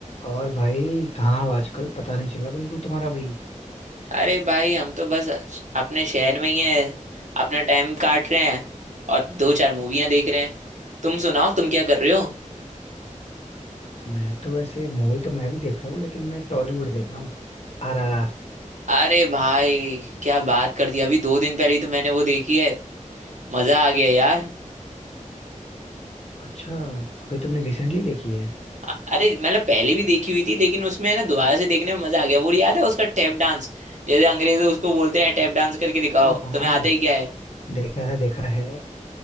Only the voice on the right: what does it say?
अरे भाई हम तो बस अपने शहर में ही हैं अपना टाइम काट रहे हैं और दो चार मूवियां देख रहे हैं तुम सुनाओ तुम क्या कर रहे हो
अरे भाई क्या बात कर दी अभी दो दिन पहले ही तो मैंने वो देखी है मजा आ गया यार
अ- अरे मतलब पहले भी देखी हुई थी लेकिन उसमें है ना दोबारा से देखने में मजा आ गया वो याद है उसका टैप डांस जैसे अंग्रेज उसको बोलते हैं टैप डांस करके दिखाओ
तुम्हें आता ही क्या है